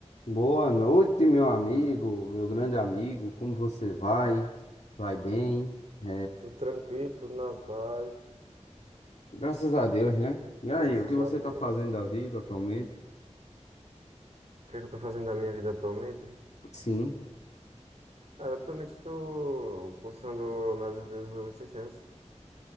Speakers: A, on the left (about 65°); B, on the right (about 60°).
A: Boa noite, meu amigo, meu grande amigo. Como você vai? Vai bem? É,
B: Tudo tranquilo, tudo na paz,
A: Graças a Deus, né? E aí,
B: graças
A: o que você
B: a Deus.
A: tá fazendo
B: O
A: da vida atualmente?
B: que é que eu tô fazendo da minha vida atualmente?
A: Sim.
B: Cara, atualmente estou cursando análise de desenvolvimento de sistemas,